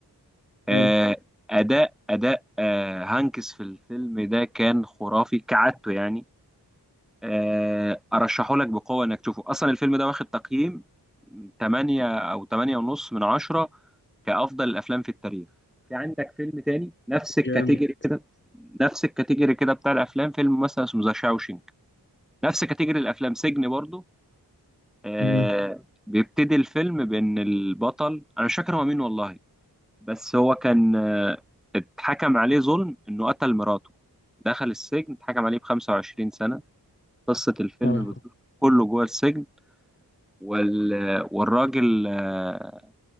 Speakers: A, in the centre; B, on the left.
A: آه
B: حلو
A: أداء أداء آه هانكس في الفيلم ده كان خرافي كعادته يعني آه أرشحه لك بقوة إنك تشوفه أصلا الفيلم ده واخد تقييم 8 أو 8 ونص من 10 كأفضل الأفلام في التاريخ في عندك فيلم تاني نفس الكاتيجوري
B: جامد
A: كده نفس الكاتيجوري كده بتاع الأفلام فيلم مثلا اسمه ذا شاوشينك نفس كاتيجوري الأفلام سجن برضه آه
B: مم.
A: بيبتدي الفيلم بان البطل انا مش فاكر هو مين والله بس هو كان آه اتحكم عليه ظلم انه قتل مراته دخل السجن اتحكم عليه ب 25 سنة قصة الفيلم
B: اه
A: بتدور كله جوه السجن وال... والراجل آه